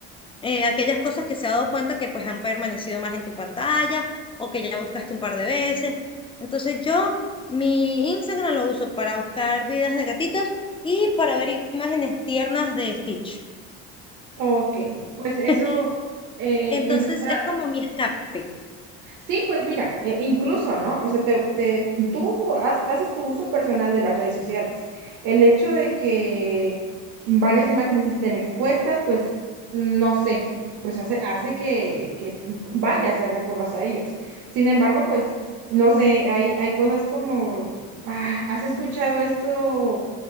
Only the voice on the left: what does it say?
eh, aquellas cosas que se ha dado cuenta que pues han permanecido más en tu pantalla o que ya buscaste un par de veces. Entonces yo mi Instagram lo uso para buscar videos de gatitos y para ver i- imágenes tiernas de Stitch.
<laughs>
Entonces
es como mi escape.